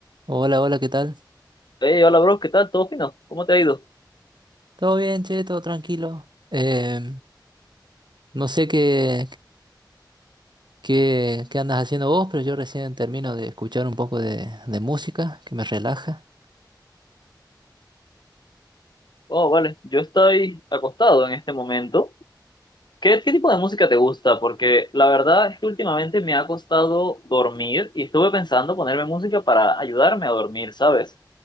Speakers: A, on the right; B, on the left.
A: Hola, hola, ¿qué tal?
B: Hey, hola bro, ¿qué tal? ¿Todo fino? ¿Cómo te ha ido?
A: ¿Todo bien, che? ¿Todo tranquilo? Eh, no sé qué, qué, qué andas haciendo vos, pero yo recién termino de escuchar un poco de, de música que me relaja.
B: Oh, vale, yo estoy acostado en este momento. ¿Qué, qué tipo de música te gusta? Porque la verdad es que últimamente me ha costado dormir y estuve pensando ponerme música para ayudarme a dormir, ¿sabes?